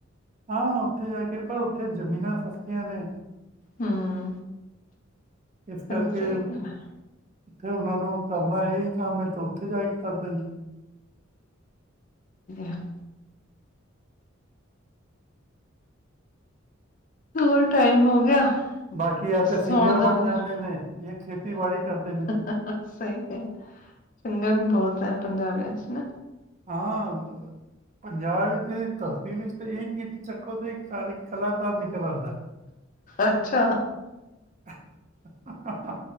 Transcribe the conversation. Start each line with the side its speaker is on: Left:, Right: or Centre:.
Right: ਹਾਂ ਉੱਥੇ ਜਾ ਕੇ ਪਰ ਉੱਥੇ ਜ਼ਮੀਨਾਂ ਸਸਤੀਆਂ ਨੇ
Left: ਹਮ
Right: ਇਸ ਕਰਕੇ
Left: ਸਹੀ ਸਹੀ ਗੱਲ ਹੈ,
Right: ਉੱਥੇ ਉਹਨਾ ਨੂੰ ਕਰਨਾ ਇਹੀ ਕੰਮ ਹੈ ਤੇ ਉੱਥੇ ਜਾ ਕੇ ਕਰਦੇ ਨੇ
Left: ਹਾਂ ਹੋਰ ਟਾਈਮ ਹੋ ਗਿਆ
Right: ਬਾਕੀ ਯ
Left: ਸੋਣ
Right: ਤੇ ਸਿੰਗਰ
Left: ਦਾ
Right: ਬਣ
Left: ਹੋ
Right: ਜਾਂਦੇ
Left: ਗਿਆ
Right: ਨੇ ਜਾਂ ਖੇਤੀਬਾੜੀ ਕਰਦੇ ਨੇ
Left: ਸਹੀ ਹੈ ਸਿੰਗਰ ਵੀ ਬਹੁਤ ਹੈ ਪੰਜਾਬੀਆਂ ਚ ਹਨਾ
Right: ਹਾਂ ਪੰਜਾਬ ਧਰਤੀ ਵਿੱਚ ਇਹ ਕੀਰਟ ਚੱਕੋ ਤੇ ਕਲਾਕਾਰ ਨਿਕਲ ਆਉਂਦਾ
Left: ਅੱਛਾ
Right: ਹਾਹਾ